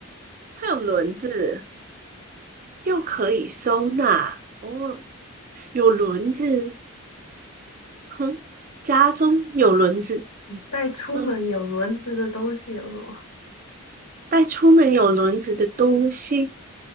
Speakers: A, on the right (about 40°); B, on the left (about 85°).
A: 它有轮子，又可以收纳，哦，有轮子，哼，家中有轮子，
B: 带出门有轮子的东西有什么？
A: 嗯，带出门有轮子的东西，